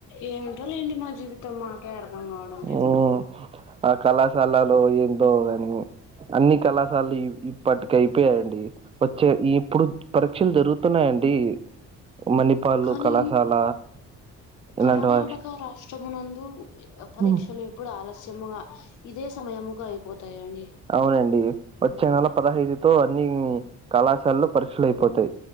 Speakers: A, on the left; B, on the right.
A: ఏమిటోలేండి మా జీవితం మాకే అర్థం కావడం లేదు
B: హ్మ్. ఆ కళాశాలలో ఏందో అవి అన్ని అన్ని కళాశాలలు ఇప్పటికే అయిపోయాయండి వచ్చే ఇప్పుడు పరీక్షలు జరుగుతున్నాయండి మణిపాల్లు
A: కానీ
B: కళాశాల
A: కర్ణాటక
B: ఇలాంటి వా
A: ష్టము నందు పరీక్షలెప్పుడు
B: హ్మ్.
A: ఆలస్యముగా ఇదే సమయముగా అయిపోతాయండి
B: అవునండి వచ్చే నెల పదహైదు తో అన్ని కళాశాలలో పరీక్షలు అయిపోతాయి